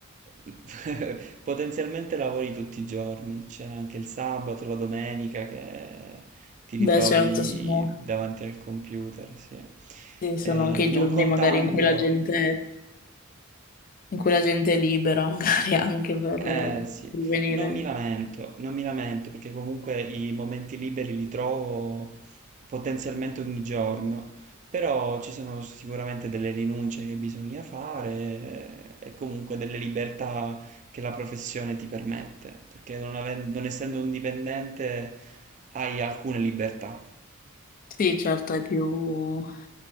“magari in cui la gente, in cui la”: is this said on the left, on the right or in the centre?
Left